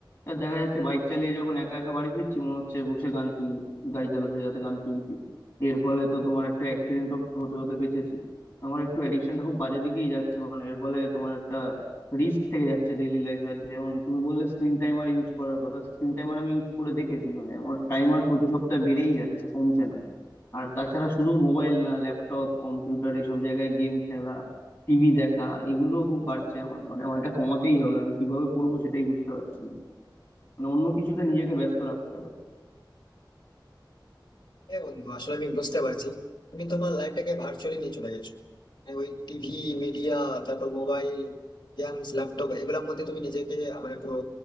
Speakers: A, on the left; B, on the left.
A: আর দেখা যাচ্ছে বাইক চালিয়ে যখন একা একা বাড়ি ফিরছি মনে হচ্ছে বসে গান শুনি গাড়ি চালাতে চালাতে গান শুনছি এর ফলে তো তোমার একটা অ্যাক্সিডেন্ট হতে হতে বেঁচেছি আমার একটু অ্যাডিকশনটা খুব বাজে দিকেই যাচ্ছে মানে এর ফলে তোমার একটা রিস্ক থেকে যাচ্ছে ডেইলি লাইফে যেমন তুমি বললে স্ক্রিন টাইমার ইউজ করার কথা স্ক্রিন টাইমার আমি ইউজ করে দেখেছি মানে আমার টাইমার প্রতি সপ্তাহে বেড়েই যাচ্ছে কমছে না আর তাছাড়া শুধু মোবাইল না ল্যাপটপ কম্পিউটার এসব জায়গায় গেম খেলা টিভি দেখা এগুলো খুব বাড়ছে আমার মানে আমার এটা কমাতেই হবে আমি কিভাবে করবো সেটাই বুঝতে পারছি না মানে অন্য কিছুতে নিজেকে ব্যস্ত রাখতে হবে
B: হ্যাঁ বন্ধু আসলে আমি বুঝতে পারছি তুমি তোমার লাইফটাকে ভার্চুয়ালি নিয়ে চলে গেছো মানে ওই টিভি মিডিয়া তারপর মোবাইল গেমস ল্যাপটপ এগুলোর মধ্যে তুমি নিজেকে মানে পুরো